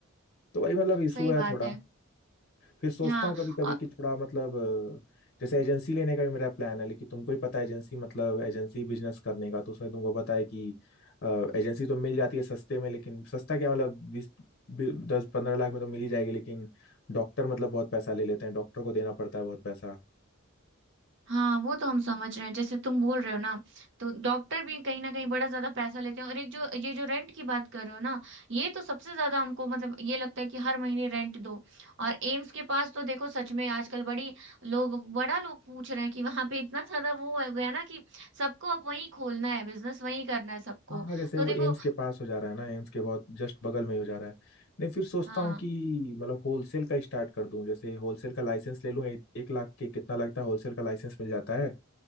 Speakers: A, on the left (about 55°); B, on the right (about 60°).
A: तो वही मतलब इशू
B: सही
A: है
B: बात
A: थोड़ा
B: है
A: फिर सोचता
B: हाँ
A: हूँ कभी कभी
B: और
A: कि थोड़ा मतलब अ, जैसे एजेंसी लेने का भी मेरा प्लान है लेकिन तुमको ही पता है एजेंसी मतलब एजेंसी बिजनेस करने का तो उसमें तुमको पता है कि एजेंसी तो मिल जाती है सस्ते में लेकिन सस्ता क्या मतलब बीस बी- दस पंद्रह लाख में तो मिल ही जाएगी लेकिन डॉक्टर मतलब बहुत पैसा ले लेते हैं डॉक्टर को देना पड़ता है बहुत पैसा
B: हाँ वो तो हम समझ रहे हैं जैसे तुम बोल रहे हो ना तो डॉक्टर भी कहीं ना कहीं बड़ा ज्यादा पैसा लेते हैं और एक जो ये जो रेंट की बात कर रहे हो ना ये तो सबसे ज्यादा हमको मतलब ये लगता है कि हर महीने रेंट दो और एम्स के पास तो देखो सच में आजकल बड़ी लोग बड़ा लोग पूछ रहे हैं कि वहां पे इतना ज्यादा वो हो गया ना कि सबको अब वहीं खोलना है बिजनेस वहीं करना है सबको
A: हाँ जैसे
B: तो
A: वो
B: देखो
A: एम्स के पास हो जा रहा है ना एम्स के बहुत जस्ट बगल में ही हो जा रहा है नहीं फिर सोचता
B: हाँ
A: हूँ कि मतलब होलसेल का स्टार्ट कर दूं जैसे होलसेल का लाइसेंस ले लूं एक, एक लाख के कितना लगता है होलसेल का लाइसेंस मिल जाता है